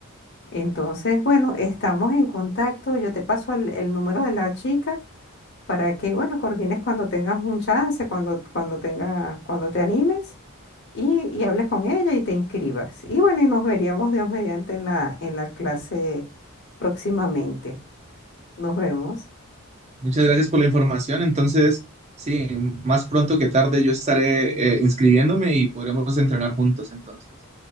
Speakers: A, on the left; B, on the right.
A: Entonces, bueno, estamos en contacto. Yo te paso el, el número de la chica para que, bueno, coordines cuando tengas un chance, cuando, cuando tenga, cuando te animes y, y hables con ella y te inscribas. Y bueno, y nos veríamos, Dios mediante, en la, en la clase próximamente. Nos vemos.
B: Muchas gracias por la información. Entonces, sí, más pronto que tarde yo estaré eh, inscribiéndome y podremos entrenar juntos entonces.